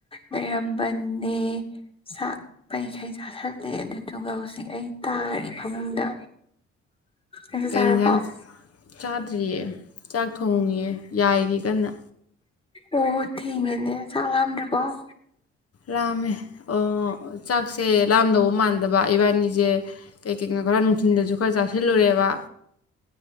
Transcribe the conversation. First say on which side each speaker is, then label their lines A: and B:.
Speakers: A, on the left; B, on the left.
A: ꯂꯩꯔꯝꯕꯅꯦ ꯆꯥꯛ ꯄꯩꯈꯩ ꯆꯥꯁꯜꯂꯦ ꯑꯗꯨꯗꯨꯒ ꯍꯧꯖꯤꯛ ꯑꯩ ꯇꯥꯔꯦ ꯐꯃꯨꯡꯗ ꯑꯗꯨ
B: ꯀꯩ
A: ꯆꯔ
B: ꯌꯦꯟꯁꯥꯡ
A: ꯄꯝ
B: ꯆꯥꯗ꯭ꯔꯤꯌꯦ ꯆꯥꯛ ꯊꯣꯡꯉꯦ ꯌꯥꯏꯔꯤ ꯀꯟꯅ
A: ꯑꯣ ꯊꯦꯡꯒꯅꯦ ꯆꯝꯗ ꯄꯥꯎ
B: ꯂꯥꯝꯃꯦ ꯑꯣ ꯆꯥꯛꯁꯦ ꯂꯥꯝꯗꯧꯕ ꯃꯥꯟꯗꯕ ꯏꯕꯥꯅꯤꯁꯦ ꯀꯩ ꯀꯩꯅꯣ ꯈꯔ ꯅꯨꯡꯊꯤꯜꯗꯁꯨ ꯈꯔ ꯆꯥꯁꯤꯜꯂꯨꯔꯦꯕ